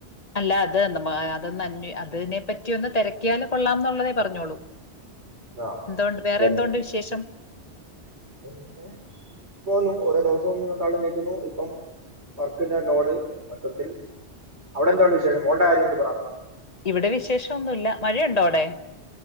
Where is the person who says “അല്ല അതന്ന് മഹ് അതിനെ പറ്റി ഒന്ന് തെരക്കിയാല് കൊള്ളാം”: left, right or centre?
Left